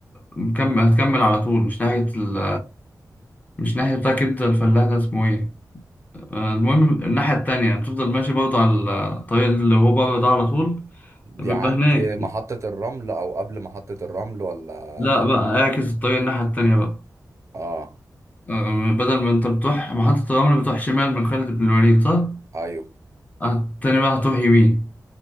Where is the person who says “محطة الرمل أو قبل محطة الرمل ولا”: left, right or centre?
Right